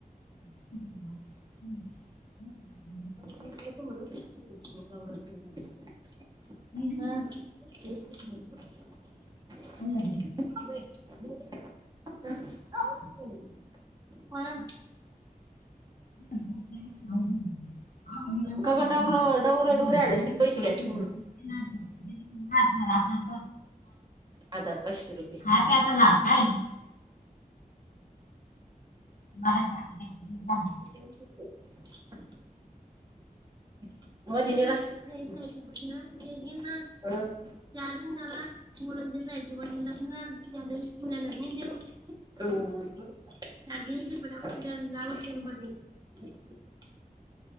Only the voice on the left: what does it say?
<inaudible>
नाही, नाही, नाही, मला वाटलं ह <inaudible> <unintelligible>
काढतो.
लंबा.
म्हणजे
ती साडी
<unintelligible>
खा आता लाडका आहे. <unintelligible> <unintelligible>